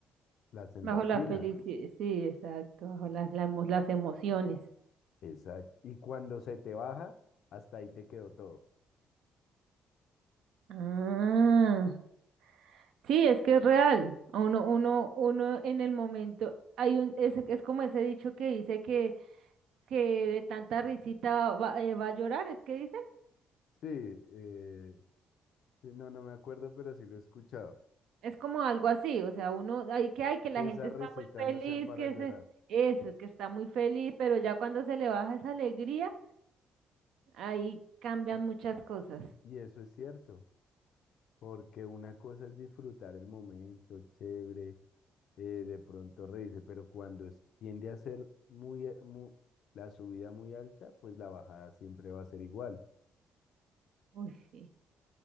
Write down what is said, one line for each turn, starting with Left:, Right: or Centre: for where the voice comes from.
Left: las endorfinas,
Right: Bajo la felicidad, sí, exacto, bajo las, la emo- las emociones.
Left: exacto. Y cuando se te baja, hasta ahí te quedó todo.
Right: Ah, sí, es que es real. A Uno, uno, uno en el momento, hay un, es, es como ese dicho que dice que, que de tanta risita va, va eh, va a llorar, es que
Left: Sí, eh, sí, no, no me acuerdo, pero sí lo he escuchado.
Right: Es como algo así, o sea, uno, ahí que hay que la
Left: Que
Right: gente
Left: esas
Right: está
Left: risitas
Right: muy feliz,
Left: no sean para
Right: que
Left: llorar.
Right: se, eso, que está muy feliz, pero ya cuando se le baja esa alegría, ahí cambian
Left: No,
Right: muchas cosas.
Left: y eso es cierto, porque una cosa es disfrutar el momento, chévere, eh, de pronto reírse, pero cuando es- tiende a ser muy, eh, mu- la subida muy alta, pues la bajada siempre va a ser igual.
Right: Uy, sí,